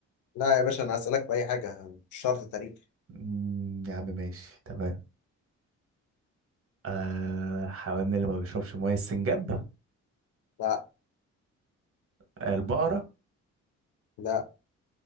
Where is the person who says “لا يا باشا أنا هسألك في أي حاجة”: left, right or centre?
Left